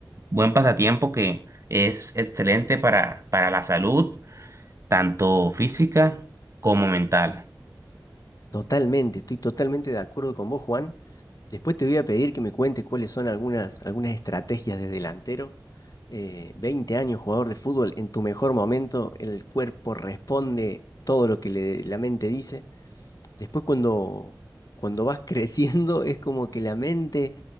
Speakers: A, on the right; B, on the left.
A: buen pasatiempo que es excelente para, para la salud, tanto física como mental.
B: Totalmente, estoy totalmente de acuerdo con vos, Juan. Después te voy a pedir que me cuentes cuáles son algunas, algunas estrategias de delantero. Eh, 20 años jugador de fútbol, en tu mejor momento, el cuerpo responde todo lo que le- la mente dice. Después cuando, cuando vas <laughs> creciendo es como que la mente